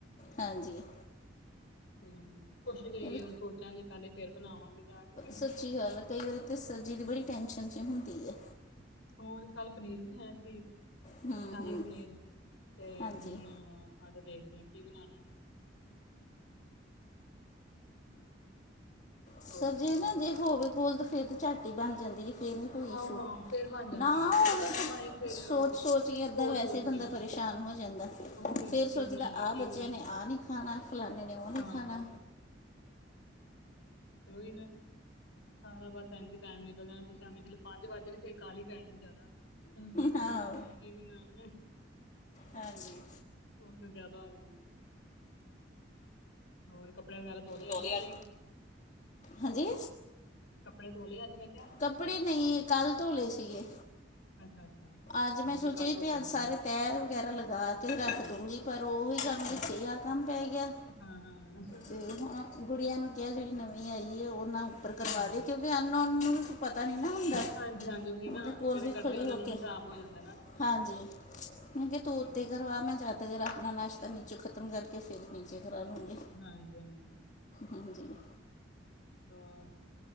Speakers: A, on the left; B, on the left.
A: ਹਾਂਜੀ
B: ਹ ਕੁੱਛ ਕੇਈਏ
A: ਇਹ ਤਾਂ
B: ਹੁਣ ਸੋਚਾਂਗੇ ਪਹਿਲੇ ਫੇਰ ਬਣਾਵਾਂਗੇ ਜਾ ਕੇ
A: ਸੱਚੀ ਗੱਲ ਹੈ ਕਈ ਵਾਰੀ ਤੇ ਸਰਜੀ ਦੀ ਬੜੀ ਟੈਂਨਸ਼ਨ ਚ ਹੁੰਦੀ ਹੈ
B: ਹੋਰ ਕੱਲ ਪਨੀਰ ਬਣਾਇਆ ਸੀ ਸ਼ਾਹੀ
A: ਹੂੰ ਹੂੰ
B: ਪਨੀਰ ਤੇ
A: ਹਾਂਜੀ
B: ਹੁਣ ਆਹ ਤੇ ਦੇਖਦੇ ਆ ਕੀ ਬਣਾਉਣਾ
A: ਸਰ
B: ਹੋਰ ਸੁਣਾਓ
A: ਜੇ ਨਾ ਜੇ ਹੋਵੇ ਗੋਲ ਦਫੇਰ ਤੇ ਝਾਟੀ ਬਣ ਜਾਂਦੀ ਹੈ ਤੇਰਾ ਕੋਈ
B: ਹਾਂ
A: ਇਸ਼ੂ
B: ਹਾਂ ਫੇਰ ਬਣ ਜਾਂਦੀ
A: ਨਾ
B: ਹੈ ਤੇ
A: ਹੋਵੇ
B: ਜਦੋਂ ਨਾ ਆਏ ਫੇਰ
A: ਸੋਚ-ਸੋਚ ਕੇ ਇੱਦਾਂ
B: ਸੋਚ
A: ਵੈਸੇ
B: ਸੋਚ
A: ਬੰਦਾ
B: ਕੇ
A: ਪਰੇਸ਼ਾਨ
B: ਹਾਂ
A: ਹੋ ਜਾਂਦਾ
B: ਹੋਰ
A: ਫਿਰ
B: ਕੀ
A: ਸੋਚਦਾ
B: ਬਣਾਈਏ
A: ਆਹ
B: ਕੀ
A: ਬੱਚਿਆਂ
B: ਬਣਾਈਏ
A: ਨੇ ਆਹ ਨੀ ਖਾਣਾ। ਫਲਾਣੇ ਨੇ ਉਹ ਨਹੀਂ
B: ਹਾਂ
A: ਖਾਣਾ
B: ਉਹੀ ਨਾ। ਸਾਰਾ ਬਸ ਇੰਜ ਹੀ ਟਾਈਮ ਨਿਕਲ ਜਾਣਾ ਫਿਰ ਸ਼ਾਮੀ ਜਦ ਪੰਜ ਵੱਜ ਜਾਣੇ ਫੇਰ ਕਾਲੀ ਪੈ ਜਾਣੀ ਜਾਦਾ। ਹੁਣ ਕੀ ਬਣਾਣਾ,
A: ਹਾਂ
B: ਹੁਣ ਕੀ ਬਣਾਣਾ
A: ਹਾਂਜੀ
B: ਉਹ ਤੇ ਜਿਆਦਾ ਆ ਜਾਂਦਾ। ਹੋਰ ਕੱਪੜੇ ਵਗੈਰਾ ਧੋ ਲੇ ਆਜ
A: ਤੋਲੇ
B: ਕਿ ਨਈਂ।
A: ਅੱਜ ਹਾਂਜੀ
B: ਕੱਪੜੇ ਧੋ ਲਏ ਅੱਜ ਮੈਂ ਕਿਹਾ?
A: ਕੱਪੜੇ ਨਹੀ ਕੱਲ ਧੋਲੇ ਸੀਗੇ।
B: ਅੱਛਾ-ਅੱਛਾ
A: ਅੱਜ ਮੈਂ ਸੋਚਿਆ
B: ਵੀ ਕੱਲ ਧੋਤੇ
A: ਅੱਜ
B: ਸੀ,
A: ਸਾਰੇ ਤੈਅ ਵਗੈਰਾ ਲਗਾ ਕੇ ਰੱਖ ਦੂੰਗੀ ਪਰ ਉਹੀ ਕੰਮ ਵਿੱਚ ਜਿਹਾ ਕੰਮ ਪੈ ਗਿਆ।
B: ਹਾਂ-ਹਾਂ,
A: ਤੇ ਹੁਣ ਗੁੜੀਆਂ ਨੂੰ ਕਿਹਾ ਜਿਹੜੀ ਨਵੀਂ ਨਵੀ ਆਈਏ ਉਹ ਨਾ ਉੱਪਰ ਕਰਵਾ
B: ਅੱਛਾ,
A: ਦੇ ਕਿਉਂਕਿ ਅਨਨੋਨ ਨੂੰ ਪਤਾ ਨੀ ਨਾ ਹੁੰਦਾ
B: ਹਾਂਜੀ-ਹਾਂਜੀ ਉਹੀ ਨਾ
A: ਉਹਦੇ ਕੋਲ
B: ਜਿਹੜੇ
A: ਵੀ
B: ਕਰਦੇ
A: ਖੜੇ
B: ਉਹਨਾਂ
A: ਹੋ
B: ਨੂੰ
A: ਕੇ
B: ਹਿਸਾਬ ਹੋ ਜਾਂਦਾ ਨਾ।
A: ਹਾਂਜੀ ਮੈਂ ਕਿਹਾ
B: ਹਾਂਜੀ,
A: ਤੂੰ ਉੱਤੇ ਕਰਵਾ ਮੈਂ ਜਦ ਤੱਕ ਆਪਣਾ ਨਾਸ਼ਤਾ ਨੀਚੇ ਖਤਮ ਕਰਕੇ ਫਿਰ ਨੀਚੇ ਕਰਾ ਲੂੰਂਗੀ।
B: ਹਾਂਜੀ-ਹਾਂਜੀ।
A: ਹਾਂਜੀ।
B: ਹਾਂ।